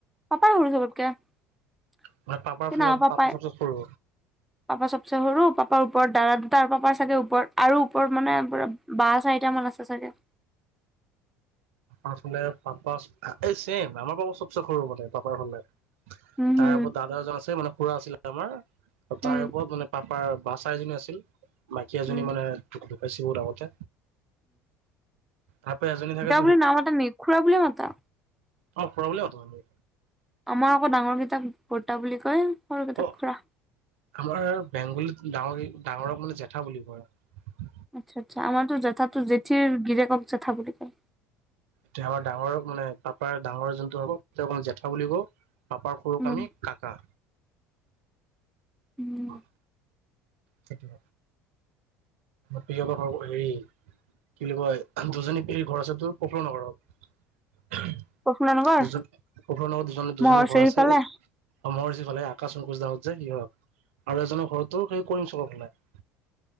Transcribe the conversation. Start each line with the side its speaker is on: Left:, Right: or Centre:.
Centre: পাপাই সৰু চবতকে। কি
Right: মানে পাপাৰ ফালৰ
Centre: ন পাপাই
Right: পাপা চবচে সৰু।
Centre: পাপা চবচে সৰু পাপাৰ ওপৰত দাদা দুটা আৰু পাপাৰ চাগে ওপৰত আৰু ওপৰত মানে পৰা বা চাৰিটা মান আছে চাগে
Right: াপে পাপা এই ছেইম আমাৰ পাপা চবচে সৰু মান পাপ ভালে
Centre: উম
Right: তাৰ
Centre: হুম
Right: ওপৰত দাদা এজন আছে মানে। খুৰা আছিলে আমাৰ। তাৰ
Centre: উম
Right: ওপৰত মানে পাপাৰ বা চাৰিজনী আছিল। মাইকী এজনী
Centre: উম
Right: মানে ধুকু ধুক বেছি মৰা আগতে। তাৰ প এজনী থাকে।
Centre: নামাটা নে খুৰা বুলিয়েই মাতা?
Right: অ খুৰা বুলি মাতো আমি।
Centre: আমাৰ আকৌ ডাঙৰ কিতাক বৰ্তা বুলি কয়। সৰু কেইটাক
Right: অ
Centre: খুৰা
Right: আমাৰ বেংগলীত গাৱৰ ডাঙৰক মানে জেঠা বুলি কয় আৰু
Centre: আচ্ছা-আচ্ছা আমাৰতো জেঠাটো জেঠিৰ গিৰেকক জেঠা বুলি কয়।
Right: এতিয়া আমাৰ ডাঙৰক মানে পাপাৰ ডাঙৰ যোনটো হ'ব অক জেঠা বুলি ক পাপাৰ সৰুক
Centre: উম
Right: আমি কাকা
Centre: উম
Right: হয় চিতিব প ঘ হেৰি কি বুলি কয় দুজনী পেহীৰ ঘৰ আছে তোৰ প্ৰফুলন ঘৰ
Centre: প্ৰফুল্ল নগৰ
Right: দুজন পখ নৰ দুজন দুজনী
Centre: মহৰচেৰি
Right: ঘৰ আছেৰ
Centre: ফালে
Right: কলে আকাশ অকোচ দাত যে সহক আৰু এজনক ঘৰতও খেৰি কৰিম চব পেলাই <inaudible>